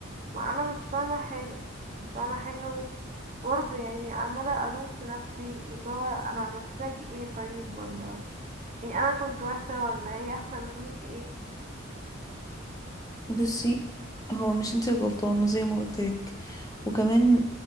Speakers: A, on the right; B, on the left.
A: ما انا مش فاهمة حاجة مش فاهمة حاجة وبرضه يعني عمالة الوم في نفسي اللي هو انا عملت لك ايه طيب ولا يعني انا كنت وحشة ولا هي احسن مني في ايه
B: بصي هو مش انت الغلطانة زي ما قلتلك وكمان